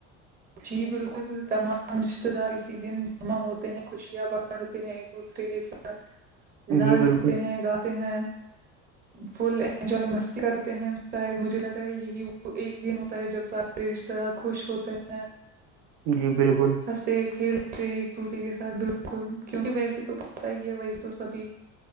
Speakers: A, on the right; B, on the right.
A: جی بالکل تمام رشتتے دار اسی دن جمع ہوتے ہیں خوشیا ب پڑھتے ہیں ایک دوسرے کے ساتھ
B: <inaudible>
A: ناچتے
B: بالکل
A: ہیں گاتے ہیں
B: <inaudible>
A: فل انجوائے مستی کرتے ہیں شاید مجھے لگتا ہے یہی وہ ایک دن ہوتا ہے جب سارے رشتے دار خوش ہوتے ہیں
B: جی بالکل
A: ہنستے کھیلتے ایک دوسرے کے ساتھ بالکل کیونک ویسے تو پت ہی ہے ویس تو سبھی